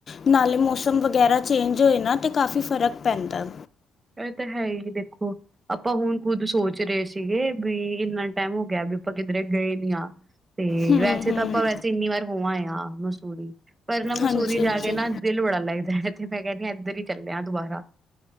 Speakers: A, on the left (about 45°); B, on the right (about 25°).
A: ਨਾਲੇ ਮੌਸਮ ਵਗੈਰਾ ਚੇਂਜ ਹੋਏ ਨਾ ਤੇ ਕਾਫੀ ਫਰਕ ਪੈਂਦਾ।
B: ਇਹ ਤਾਂ ਹੈ ਹੀ। ਦੇਖੋ ਆਪਾਂ ਹੁਣ ਖੁੱਦ ਸੋਚ ਰਹੇ ਸੀਗੇ ਵੀ ਇੰਨਾ ਟਾਈਮ ਹੋ ਗਿਆ ਵੀ ਆਪਾਂ ਕਿਧਰੇ ਗਏ ਨੀ ਹ। ਤੇ
A: ਹਮ
B: ਵੈਸੇ
A: ਹਮ
B: ਤਾਂ ਆਪਾਂ ਵੈਸੇ ਇੰਨੀ ਵਾਰ ਹੋਵਾਂ ਆ। ਮਸੂਰੀ, ਪਰ ਨਾ ਮਸੂਰੀ
A: ਹਾਂਜੀ
B: ਜਾ
A: ਹਾਂਜੀ
B: ਕੇ ਨਾ ਦਿਲ ਬੜਾ ਲੱਗਦਾ ਹੈ। ਮੈਂ ਕਹਿੰਦੀ ਹ ਇੱਧਰ ਹੀ ਚੱਲਿਆ ਦੁਬਾਰਾ।